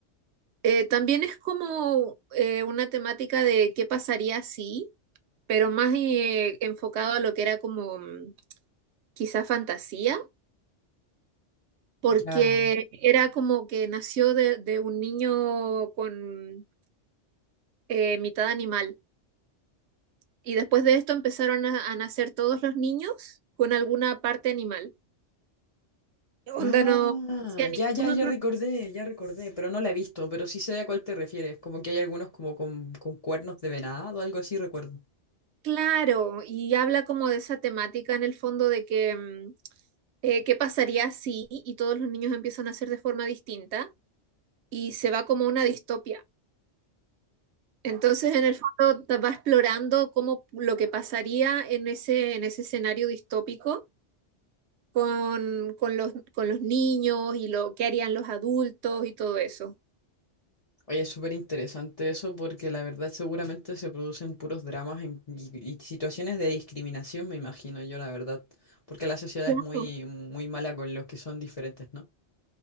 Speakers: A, on the right (about 70°); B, on the left (about 35°).
A: Eh, también es como eh, una temática de qué pasaría si, pero más eh, enfocado a lo que era como mm, quizá fantasía. porque
B: Ya.
A: era como que nació de, de un niño con eh, mitad animal. Y después de esto empezaron a, a nacer todos los niños con alguna parte animal. Onda
B: Ah,
A: no hacía ningún
B: ya, ya,
A: otro.
B: ya recordé, ya recordé, pero no la he visto, pero sí sé a cuál te refieres, como que hay algunos como con, con cuernos de venado, algo así recuerdo.
A: Claro, y habla como de esa temática en el fondo de que mm, eh, qué pasaría si y todos los niños empiezan a ser de forma distinta y se va como una distopia. Entonces, en el fondo, ta- va explorando cómo lo que pasaría en ese, en ese escenario distópico con, con los, con los niños y lo que harían los adultos y todo eso.
B: Oye, es súper interesante eso porque la verdad seguramente se producen puros dramas en- y, y situaciones de discriminación, me imagino yo, la verdad. Porque la sociedad
A: Claro.
B: es muy, muy mala con los que son diferentes, ¿no?